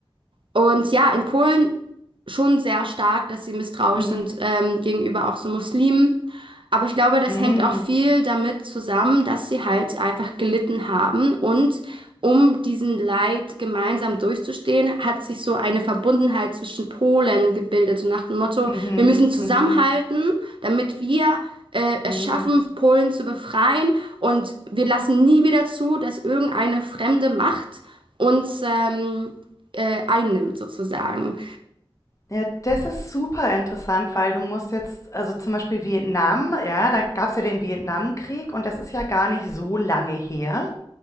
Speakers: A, on the right; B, on the left.
A: Und ja, in Polen schon sehr stark, dass sie misstrauisch
B: Mhm.
A: sind ähm, gegenüber auch so Muslimen. Aber ich glaube, das
B: Mhm.
A: hängt auch viel damit zusammen, dass sie halt einfach gelitten haben. Und um diesen Leid gemeinsam durchzustehen, hat sich so eine Verbundenheit zwischen Polen gebildet. So nach dem Motto,
B: Mhm.
A: wir müssen zusammenhalten,
B: Mhm.
A: damit wir äh, es
B: Hm.
A: schaffen, Polen zu befreien. Und wir lassen nie wieder zu, dass irgendeine fremde Macht uns ähm, äh, einnimmt, sozusagen.
B: Ja, das ist super interessant, weil du musst jetzt also, zum Beispiel Vietnam, ja, da gab's ja den Vietnamkrieg und das ist ja gar nicht so lange her.